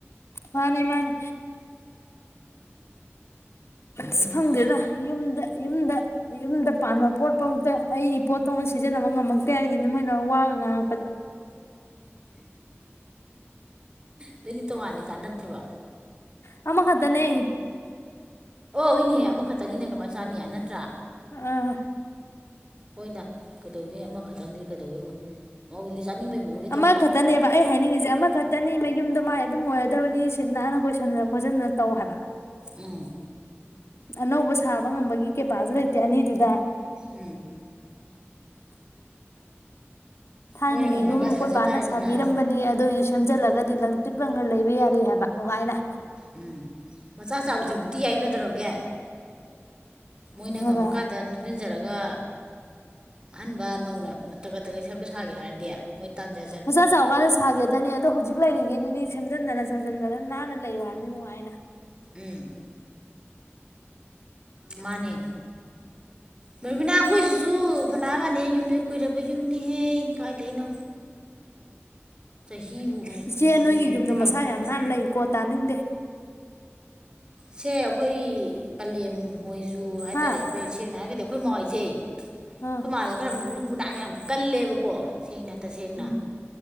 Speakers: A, on the left (about 75°); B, on the right (about 20°).
A: ꯃꯥꯅꯤ ꯃꯥꯅꯤ ꯑꯁ
B: ꯑꯗꯨꯗꯨꯅ
A: ꯐꯪꯗꯦꯗ ꯌꯨꯝꯗ ꯌꯨꯝꯗ ꯌꯨꯝꯗ ꯄꯥꯟꯕ ꯄꯣꯠꯐꯧꯗ ꯑꯩ ꯄꯣꯠꯇꯧꯅ ꯁꯤꯖꯤꯟꯅꯕ ꯉꯝꯃꯛꯇꯦ ꯍꯥꯏꯁꯤꯅꯦ ꯃꯣꯏꯅ ꯋꯥꯒ ꯉꯥꯡꯉꯛꯄꯗ
B: ꯅꯣꯏꯗꯤ ꯇꯣꯉꯥꯟꯅꯤ ꯀꯥꯟꯅꯗ꯭ꯔꯤꯕꯣ
A: ꯑꯃꯃ ꯈꯗꯅꯦ
B: ꯑꯣ ꯍꯣꯏꯅꯦꯍꯦ ꯑꯃꯨꯛ ꯈꯛꯇꯅꯤꯅꯦ ꯀꯃꯥꯏꯅ ꯆꯥꯅꯤ ꯅꯠꯇ꯭ꯔꯥ
A: ꯑ
B: ꯍꯣꯏꯗ ꯀꯩꯗꯧꯅꯤ ꯑꯃꯈꯛꯇꯪꯗꯤ ꯀꯩꯗꯧꯋꯦꯧꯗꯤ ꯌꯥꯅꯤꯡꯕ ꯃꯑꯣ
A: ꯑꯃꯃ ꯈꯇꯅꯦꯕ ꯑꯩ ꯍꯥꯏꯅꯤꯡꯉꯤꯁꯦ ꯑꯃꯈꯛꯇꯅꯤ ꯃ ꯌꯨꯝꯗꯣ ꯃꯥꯏ ꯑꯗꯨꯝ ꯑꯣꯏꯔꯗꯕꯅꯤ ꯁꯤꯠ ꯅꯥꯟꯅ ꯀꯣꯏꯁꯟꯅꯗ ꯈꯣꯠꯆꯟꯗꯅ ꯇꯧ ꯍꯥꯏꯕ
B: ꯎꯝ
A: ꯑꯅꯧꯕ ꯁꯥꯕ ꯉꯝꯕꯒꯤ ꯀꯦꯄꯥꯁꯤꯇ ꯂꯩꯇꯦ ꯑꯅꯤꯗꯨꯗ
B: ꯎꯝ
A: ꯊꯥꯏꯅꯒꯤ
B: ꯃꯣꯏꯅ ꯉꯝꯃꯒ
A: ꯌꯨꯝ ꯑꯩꯈꯣꯏ
B: ꯁꯥꯖ
A: ꯕꯥꯅ
B: ꯇꯥꯔꯦꯗꯅ
A: ꯁꯥꯕꯤꯔꯝꯕꯅꯤ ꯑꯗꯨꯑꯣꯏ ꯁꯦꯝꯖꯤꯜꯂꯒꯗꯤ ꯂꯪ ꯇꯤꯛ ꯂꯪꯅ ꯂꯩꯕ ꯌꯥꯔꯤ ꯍꯥꯏꯕ ꯅꯨꯡꯉꯥꯏꯅ
B: ꯎꯝ ꯃꯆꯥ ꯆꯥꯎꯗ꯭ꯔꯤ ꯐꯧꯇꯤ ꯌꯥꯏꯒꯗꯔꯒꯦ ꯃꯣꯏꯅ
A: ꯈꯪꯉꯕ
B: ꯉꯝꯃꯀꯥꯟꯗ ꯇꯨꯝꯁꯤꯟꯖꯔꯒ ꯑꯍꯟꯕ ꯅꯧꯅ ꯐꯠꯇꯒꯠꯇꯒ ꯁꯀ ꯁꯥꯒꯦ ꯍꯥꯏꯔꯗꯤ ꯃꯣꯏ ꯇꯥꯖꯦ
A: ꯃꯆꯥ ꯆꯥꯎ ꯀꯥꯟꯅ ꯁꯥꯒꯦꯗꯅꯦ ꯑꯗꯣ ꯍꯧꯖꯤꯛ ꯂꯩꯔꯤꯗꯨꯗꯤ ꯁꯦꯝꯖꯤꯟꯗꯅ ꯁꯥꯖꯟꯗꯅ ꯅꯥꯟꯅ ꯂꯩꯌꯨ ꯍꯥꯏꯕꯅꯤ ꯅꯨꯡꯉꯥꯏꯅ
B: ꯎꯝ ꯃꯥꯅꯦ ꯕꯔꯕꯤꯅꯥ ꯑꯩꯈꯣꯏꯁꯤꯁꯨ ꯐꯅꯥꯅꯕꯅꯦ ꯌꯨꯝꯁꯦ ꯀꯨꯏꯔꯕ ꯌꯨꯝꯅꯤꯍꯦ ꯀꯥꯏꯗꯩꯅꯣ ꯆꯍꯤꯕꯨ ꯍꯨꯝꯐꯨ
A: ꯏꯆꯦ ꯅꯣꯏꯒꯤ
B: ꯍꯨꯝꯐꯨꯔꯥꯃꯨꯛ
A: ꯌꯨꯝꯗ ꯃꯁꯥ
B: ꯍꯥꯏꯔꯝꯃꯅꯤ
A: ꯌꯥꯝ ꯅꯥꯟꯅ ꯂꯩꯀꯣ ꯇꯥꯅꯤꯡꯗꯦ
B: ꯁꯦ ꯑꯩꯈꯣꯏ ꯄꯂꯦꯝ ꯍꯣꯏꯁꯨ ꯍꯥꯏꯇꯥꯔꯦ
A: ꯍꯥ
B: ꯑꯩꯈꯣꯏ ꯁꯦꯡꯅ ꯍꯥꯏꯔꯒꯗꯤ ꯑꯩꯈꯣꯏ ꯃꯋꯥꯏꯖꯩ
A: ꯎꯝ
B: ꯃꯥꯁꯦ ꯈꯔ ꯂꯨ ꯅꯥꯏꯕ ꯌꯥꯝ ꯀꯜꯂꯦꯕꯀꯣ ꯁꯦꯡꯅ ꯇꯁꯦꯡꯅ
A: ꯎꯝ